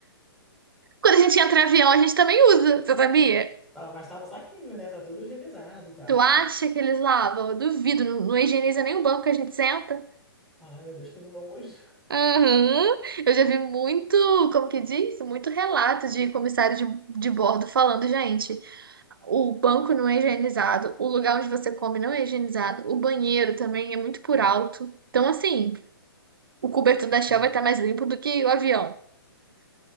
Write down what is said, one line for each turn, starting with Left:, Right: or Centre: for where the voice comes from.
Right: Quando a gente entra em avião, a gente também usa, você sabia?
Centre: Ah, mas tá no saquinho, né? Tá todo higienizado e tal.
Right: Tu acha que eles lavam? Eu duvido, não, não higieniza nem o banco que a gente senta.
Centre: Ai, meu Deus, que nojo.
Right: Aham. Eu já vi muito, como que diz? Muito relato de comissário de, de bordo falando, gente, o banco não é higienizado, o lugar onde você come não é higienizado, o banheiro também é muito por alto. Então, assim, o cobertor da Shell
Centre: Meu-
Right: vai estar mais limpo do que o avião.